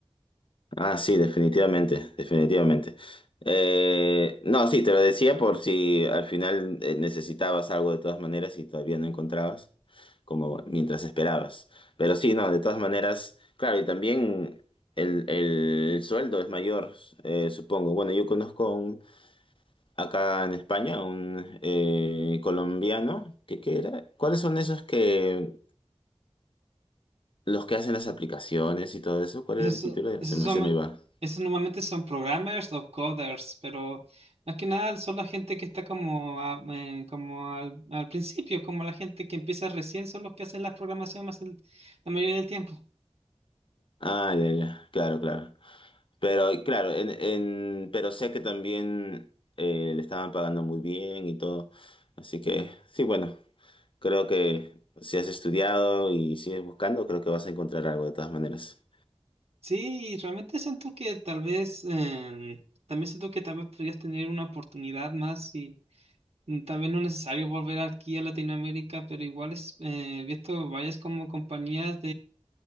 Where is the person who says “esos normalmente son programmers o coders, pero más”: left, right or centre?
Right